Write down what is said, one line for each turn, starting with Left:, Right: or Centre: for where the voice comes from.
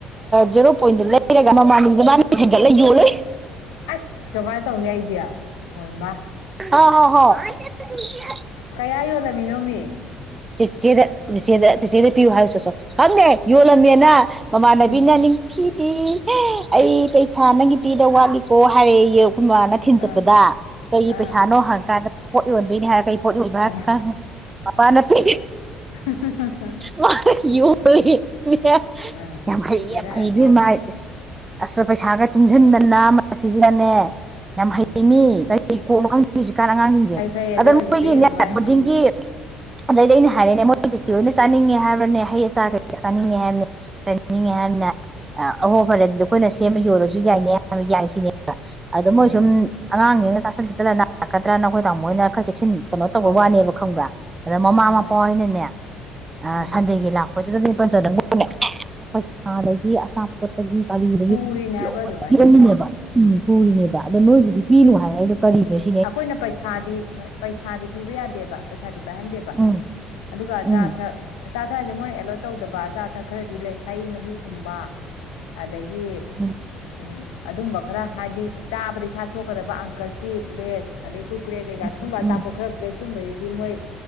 Right: ꯖꯦꯔꯣ ꯄꯣꯏꯟꯗ ꯂꯩꯔꯒ ꯃꯃꯅꯤꯡꯗ ꯃꯥꯦꯟꯒꯠꯂ ꯌꯣꯂꯣꯏ꯫
Left: ꯑꯁ ꯀꯃꯥꯏꯅ ꯇꯧꯅꯤ ꯑꯩꯗꯤ ꯃꯣꯏꯃ
Right: ꯑ ꯍ ꯍ-
Left: ꯀꯌꯥ ꯌꯣꯜꯂꯝꯃꯤꯅꯣ ꯃꯤ꯫
Right: ꯗꯦ ꯆꯆꯦꯗ ꯆꯤꯆꯦꯗ ꯄꯤꯌꯨ ꯍꯥꯏꯔꯨ ꯆꯁꯨ ꯈꯪꯗꯦ ꯌꯣꯜꯂꯝꯃꯦꯅ ꯃꯃꯥꯟꯅꯕꯤꯅ
Left: ꯎꯝ
Right: ꯅꯤꯡ ꯁꯤꯗꯤ ꯑꯩ ꯄꯩꯁꯥ ꯅꯪꯒꯤ ꯄꯤꯗ ꯋꯥꯠꯂꯤꯀꯣ ꯍꯥꯏꯔꯛꯦ ꯃꯅꯥ ꯊꯤꯟ ꯆꯠꯄꯗ
Left: ꯑꯥ
Right: ꯀꯩ
Left: ꯑꯥ
Right: ꯄꯩꯁꯥꯅꯣ ꯍꯪꯉꯀꯥꯟꯗ ꯄꯣꯠ ꯌꯣꯟꯕꯣꯏꯅꯤ ꯍꯥꯏꯔ ꯀꯩ ꯄꯣꯠ ꯌꯣꯟꯕ ꯍꯥꯏꯔ
Left: ꯑꯣ
Right: ꯀꯥꯟꯗ ꯑꯄꯥꯅꯠꯇꯤ꯫
Left: <inaudible>
Right: ꯃꯥ ꯌꯝ
Left: ꯑꯥ
Right: ꯌꯥꯝ ꯍꯩ
Left: ꯕꯦꯔꯥ
Right: ꯌꯥꯝ ꯍꯩꯕꯤ
Left: ꯑꯉꯥꯡꯅꯤ
Right: ꯃꯥꯥꯕꯦꯝꯃ ꯑꯁ ꯄꯩꯁꯥꯒ ꯇꯨꯡꯁꯤꯟꯗꯅ ꯃꯁꯤꯒꯤꯅꯅꯦ ꯌꯥꯝ
Left: ꯎꯝ
Right: ꯍꯩꯩ ꯃꯤ ꯀꯔꯤ ꯀꯣꯛ ꯁꯤꯁꯨ ꯀꯅ ꯉꯥꯡꯁꯤꯡꯁꯦ꯫
Left: ꯐꯩ ꯐꯩ ꯑꯗꯣ ꯍꯧꯖꯤꯛꯇꯒꯤ
Right: ꯑꯩꯒꯤ
Left: ꯑꯗꯨꯃꯥꯏꯅ
Right: ꯕꯨꯗꯤꯡꯒꯤ
Left: ꯍꯩꯗꯣ
Right: ꯑꯗꯩꯗ ꯑꯩꯅ ꯍꯥꯏꯔꯅꯦ ꯃꯣꯏꯁ ꯁꯤ ꯂꯣꯏꯅ ꯆꯥꯅꯤꯡꯉꯦ ꯍꯥꯏꯕ꯭ꯔꯅꯦ ꯍꯩ ꯑꯆꯥ ꯆꯥꯅꯤꯡꯉꯦ ꯍꯥꯏꯕꯅꯤ ꯆꯥꯅꯤꯡꯉꯦ ꯍꯥꯏꯕꯅꯤꯅ ꯑꯍꯣ ꯐꯔꯦ ꯑꯗꯨꯗ ꯑꯩꯈꯣꯏꯅ ꯁꯦꯝꯕ ꯌꯣꯜꯂꯁꯨ ꯌꯥꯏꯅꯤ꯫ ꯌꯥꯏ ꯁꯤꯅꯦꯕ ꯑ
Left: ꯎꯝ
Right: ꯃꯣꯏ ꯁꯨꯝ ꯑꯉꯥꯡꯅꯤꯅ ꯆꯥꯁꯤꯟ ꯇꯆꯜꯂ ꯅꯥꯔꯛꯀꯗ꯭ꯔꯥ ꯅꯈꯣꯏ ꯇꯥ ꯃꯣꯏ ꯈꯔꯠ ꯆꯦꯛꯁꯤꯟ ꯀꯩꯅꯣ ꯇꯧꯕ
Left: ꯍꯣꯏ
Right: ꯋꯥꯅꯦꯕ
Left: ꯍꯣꯏ
Right: ꯈꯪꯕ꯭ꯔꯥ ꯑꯗ ꯃꯃꯥ
Left: ꯃꯥꯅꯤ
Right: ꯃꯄꯥ ꯍꯣꯏꯅꯅꯦ
Left: ꯎꯝ
Right: ꯁꯟꯗꯦꯒꯤ ꯂꯥꯛꯄ ꯄꯅꯦ ꯄꯅꯦ ꯄꯩꯁꯥꯩꯗꯤ ꯑꯁꯥ ꯄꯣꯠꯇꯒꯤ ꯒꯥꯔꯤꯗꯒꯤ
Left: ꯄꯨꯔꯤꯅꯦ ꯍꯥꯏꯕ
Right: ꯂꯣꯏ
Left: ꯑꯗꯨꯃꯥꯏꯅ
Right: ꯄꯤꯔꯝꯃꯤꯅꯦꯕ ꯎꯝ ꯄꯨꯔꯤꯅꯦꯕ ꯑꯗꯣ ꯅꯣꯏꯒꯤꯗꯤ ꯄꯤꯅꯨ ꯍꯥꯏ ꯑꯗꯣ ꯀꯔꯤ ꯂꯩ꯫
Left: ꯑꯩꯈꯣꯏꯅ ꯄꯩꯁꯥꯗꯤ ꯄꯩꯁꯥꯗꯤ ꯄꯤꯕ ꯌꯥꯗꯦꯕ꯫ ꯄꯩꯁꯥꯗꯤ ꯄꯥꯏꯍꯟꯗꯦꯕ
Right: ꯎꯝ
Left: ꯑꯗꯨꯒ ꯑꯆꯥ
Right: ꯎꯝ
Left: ꯑꯊꯛ ꯑꯆꯥ ꯑꯊꯛꯁꯦ ꯃꯣꯏꯅ ꯑꯦꯂꯣꯠ ꯇꯧꯗꯕ ꯑꯆꯥ ꯑꯊꯛ ꯊꯛ ꯈꯔꯗꯤ ꯂꯩ ꯍꯩ ꯃꯍꯤꯒꯨꯝꯕ ꯑꯗꯒꯤ
Right: ꯎꯝ
Left: ꯎꯝ ꯑꯗꯨꯝꯕ ꯈꯔ ꯍꯥꯏꯗꯤ ꯆꯥꯕꯗ ꯏꯁꯥ ꯁꯣꯛꯀꯗꯕ ꯑꯪꯀꯜ ꯆꯤꯞ ꯂꯦꯁ ꯑꯗꯩ ꯀ ꯀꯀ꯭ꯔꯦ ꯀꯩꯀꯥ
Right: ꯎꯝ
Left: ꯁꯨꯝꯕ ꯑꯆꯥꯄ ꯈꯔꯗꯤ ꯂꯩ꯫꯫ ꯁꯨꯝꯕꯕꯁꯤꯗꯤ ꯃꯣꯏ